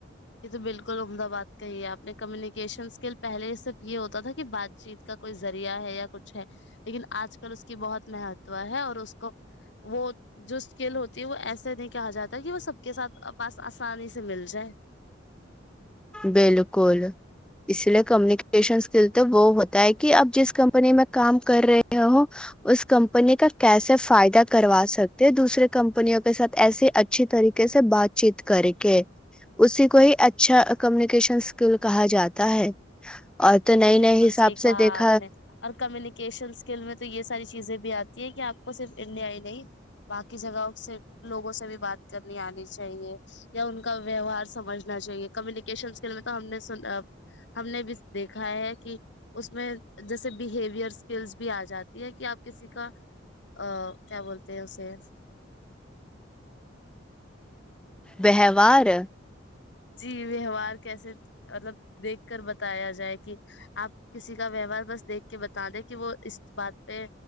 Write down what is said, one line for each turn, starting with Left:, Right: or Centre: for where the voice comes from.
Left: یہ تو بالکل عمدہ باد کا ہی ہے اپنے کمیونیکیشن اسکل پہلے صرف یہ ہوتا تھا کہ بات چیت کا کوئی ذریعہ ہے یا کچھ ہے لیکن آج کل اس کی بہت مہتو ہے اور اس کو وہ جو اسکل ہوتی ہے وہ ایسے نہیں کہا جاتا کہ وہ سب کے ساتھ پاس آسانی سے مل جائے
Centre: بالکل اس لیے کم یشن اسکل تو وہ ہوتا ہے کہ اب جس کمپنی میں کام کر رہے اس کمپنی بنے کا کیسے فائدہ کروا سکتے ہیں دوسرے کمپنیوں کے ساتھ ایسی اچھی طریقے سے بات چیت کر کے اسی کو ہی اچھا کمیونکیشن اسکل کہا جاتا ہے اور
Left: یہ
Centre: نئے
Left: تو
Centre: نئے
Left: بالکل
Centre: حساب
Left: صحیح کہا
Centre: سے دیکھا
Left: آپ نے اور کمیونیکیشن اسکل میں تو یہ ساری چیزیں بھی آتی کہ آپ کو صرف انڈیا ہی نہیں باقی جگہوں سے لوگوں سے بھی بات کرنی آنی چاہیے یا ان کا ویوہار سمجھنا چاہیے کمیونکیشن اسکل میں تو ہم نے س ہم نے بھی دیکھا ہے کہ اس میں جیسے بہیوئر اسکلس بھی آ جاتی ہے کہ آپ کسی کا ا کیا بولتے ہیں اسے
Centre: وووار
Left: جی ویوہار کیسے مطلب دیکھ کر بتایا جائے کہ آپ کسی کا ویوہار بس دیکھ کے بتا دیں کہ وہ اس بات پہ